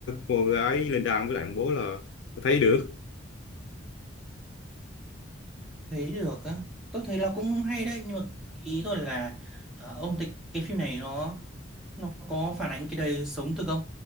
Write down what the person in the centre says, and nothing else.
Thấy được á. Tôi thấy là cũng hay đấy nhưng mà ý tôi là ờ, ông thấy cái phim này nó nó có phản ánh cái đời sống thực không?